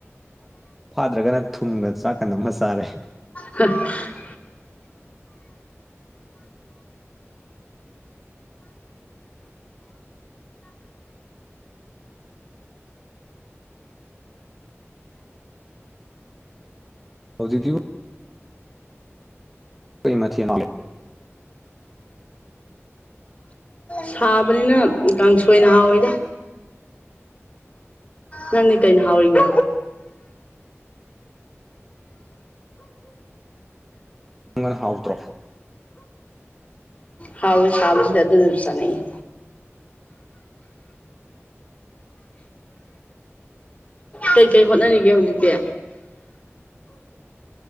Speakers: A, in the centre; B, on the left.
A: ꯐꯥꯗ꯭ꯔꯒꯅ ꯊꯨꯝꯒ ꯆꯥꯛꯀ ꯅꯥꯝꯃꯥ ꯆꯥꯔꯦ
B: ꯍ <inaudible>
A: ꯍꯧꯖꯤꯛꯁꯤꯕꯨ ꯀꯩ ꯃꯥꯊꯦꯜꯅꯣ
B: ꯁꯥꯕꯅꯤꯅ ꯀꯥꯡꯁꯣꯏꯅ ꯍꯥꯎꯋꯤꯗ ꯅꯪꯗꯤ ꯀꯩꯅ ꯍꯥꯎꯔꯤꯒꯦ
A: <unintelligible> ꯍꯧꯇ꯭ꯔꯣ
B: ꯍꯥꯎꯋꯤ ꯁꯕꯥꯁꯤꯗ ꯑꯗꯨꯗꯨꯅ ꯆꯥꯅꯤꯡꯉꯤ ꯀꯩ ꯀꯩ ꯍꯣꯠꯅꯔꯤꯒꯦ ꯍꯧꯖꯤꯛꯇꯤ